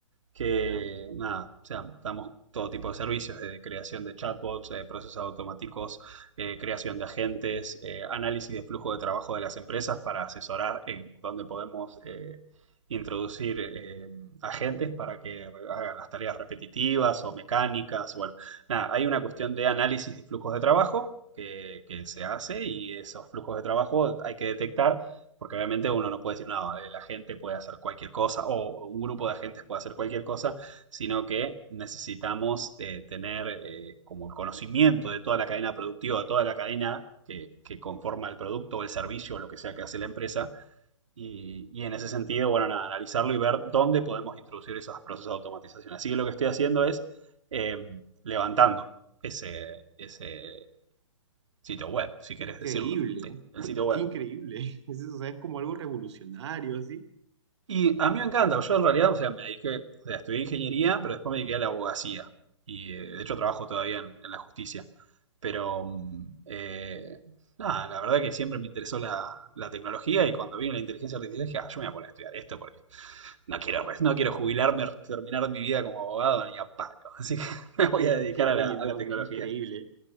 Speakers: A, on the right; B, on the right.
A: que
B: mira,
A: nada, o sea, damos todo tipo de servicios, desde creación de chatbots, eh, procesos automáticos, eh, creación de agentes, eh, análisis de flujo de trabajo de las empresas para asesorar en dónde podemos eh, introducir eh, agentes para que hagan las tareas repetitivas o mecánicas. Bueno, nada, hay una cuestión de análisis de flujos de trabajo. Que, que se hace y esos flujos de trabajo hay que detectar porque obviamente uno no puede decir, no, eh, la gente puede hacer cualquier cosa o un grupo de agentes puede hacer cualquier cosa, sino que necesitamos eh, tener eh, como el conocimiento de toda la cadena productiva, de toda la cadena que, que conforma el producto o el servicio o lo que sea que hace la empresa. Y, y en ese sentido, bueno, nada, analizarlo y ver dónde podemos introducir esos procesos de automatización. Así que lo que estoy haciendo es eh, levantando ese, ese sitio web, si
B: increíble,
A: querés decirlo. Sí, el
B: <laughs>
A: sitio web.
B: qué increíble. <laughs> Es, o sea, es como algo revolucionario, así.
A: Y a mí me encanta, yo en realidad, o sea, me dediqué, o sea, estudié ingeniería, pero después me dediqué a la abogacía. Y eh, de hecho trabajo todavía en, en la justicia. Pero, mm, eh, nada, la verdad que siempre me interesó la, la tecnología y cuando vino la inteligencia artificial dije, ah, yo me voy a poner a estudiar esto porque no quiero, res- no quiero jubilarme, terminar mi vida como abogado ni a palo. Así que <laughs> me voy
B: Que,
A: a dedicar
B: que,
A: a
B: oye,
A: la,
B: no,
A: a la tecnología.
B: qué increíble.